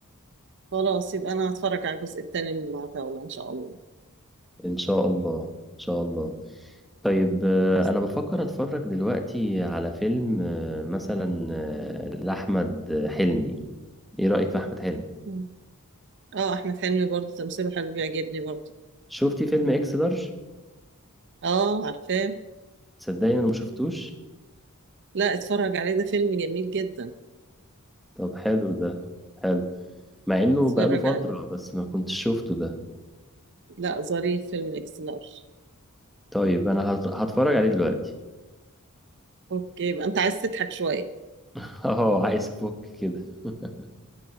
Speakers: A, on the right (about 55°); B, in the centre.
A: خلاص يبقى انا هتفرج على الجزء التاني من العتاولة ان شاء الله
B: ان شاء الله ان شاء الله طيب آه،
A: خلاص.
B: انا بفكر اتفرج دلوقتي على فيلم آه، مثلا آه، لاحمد حلمي ايه رأيك في احمد حلمي
A: مم. اه احمد حلمي برضه تمثيله حلو بيعجبني برضه
B: شفتي فيلم اكس لارج
A: اه عارفاه
B: تصدقني انا ما شفتوش
A: لا اتفرج عليه ده فيلم جميل جدا
B: طب حلو ده حلو مع انه
A: اتفرج
B: بقاله فترة
A: عليه
B: بس ما كنتش شفته ده
A: لا ظريف فيلم اكس لارج
B: طيب انا هت- هتفرج عليه دلوقتي
A: اوكي يبقى انت عايز تضحك شويه
B: <laughs> اه عايز افك كده <laughs>